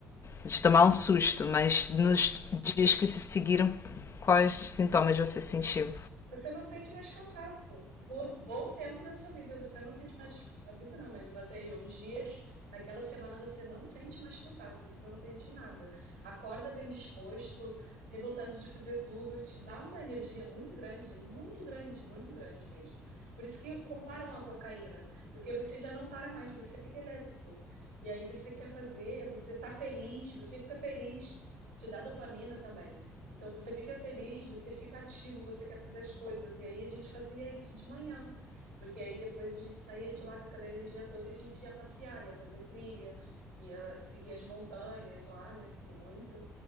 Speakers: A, on the left (about 40°); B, on the right (about 90°).
A: de tomar um susto, mas nos dias que se seguiram, quais sintomas você sentiu?
B: Você não sente mais cansaço por bom tempo da sua vida. Você não sente mais, tipo, sua vida não, mas bota aí uns dias. Naquela semana você não sente mais cansaço, você não sente nada. Acorda bem disposto, tem vontade de fazer tudo, te dá uma energia muito grande, muito grande, muito grande mesmo. Por isso que comparam a cocaína, porque você já não para mais, você fica elétrico. E aí você quer fazer, você tá feliz, você fica feliz, te dá dopamina também. Então você fica feliz, você fica ativo, você quer fazer as coisas. E aí a gente fazia isso de manhã, porque aí depois a gente saía de lá com aquela energia toda e a gente ia passear, ia fazer trilha, ia seguir as montanhas lá, né, que tem muito.